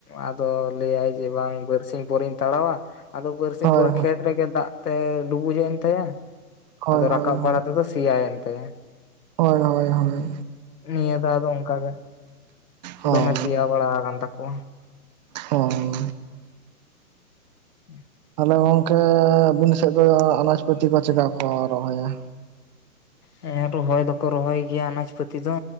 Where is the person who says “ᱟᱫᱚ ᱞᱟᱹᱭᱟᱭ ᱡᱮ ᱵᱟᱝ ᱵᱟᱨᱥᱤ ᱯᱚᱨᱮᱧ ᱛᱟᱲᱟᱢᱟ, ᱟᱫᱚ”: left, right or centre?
Left